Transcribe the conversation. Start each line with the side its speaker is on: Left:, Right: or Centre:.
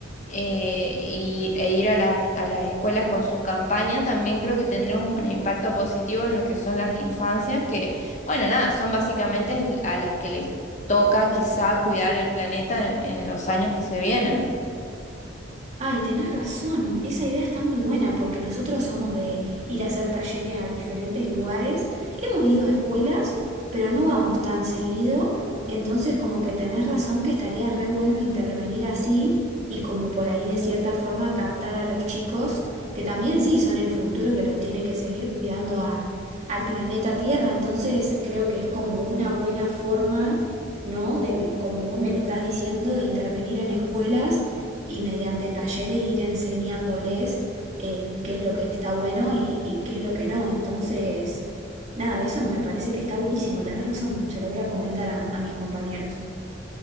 Left: eh, y, e ir a las, a las escuelas con su campaña, también creo que tendría un impacto positivo en lo que son las infancias, que, bueno, nada, son básicamente a las que les toca quizá cuidar el planeta en, en los años que se vienen.
Right: Ay, tenés razón, esa idea está muy buena porque nosotros somos de ir a hacer talleres a diferentes lugares, hemos ido a escuelas, pero no vamos tan seguido, entonces como que tenés razón que estaría re bueno intervenir así y como por ahí de cierta forma captar a los chicos, que también sí son el futuro que los tiene que seguir cuidando a, al planeta Tierra, entonces creo que es como una buena forma, ¿no? Del, como vos me la estás diciendo, de intervenir en escuelas y mediante talleres ir enseñándoles eh, qué es lo que está bueno y, y qué es lo que no. Entonces, nada, eso me parece que está buenísimo, tenés razón, se lo voy a comentar a, a mis compañeros.